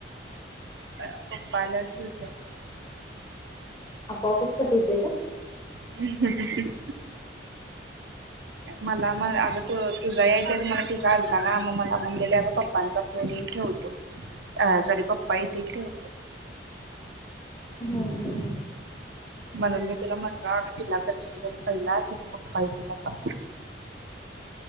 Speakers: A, on the right; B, on the left.
A: हा पप्पाला ठेवत्या.
B: आपओपच कट होते का?
A: ह ह ह! मला म अग तु तुझा यायच्या आधी तर मला तिझा आलता ना मग मला म्हणल्याली अगं पप्पांचा फोन येईल ठेवतो सॉरी पप्पा येतील ठेव
B: हम्म हम्म!
A: म्हणून मी तुला म्हणलो अगं तिला करशील कणी पाहिला तिचं पप्पा येतील आता.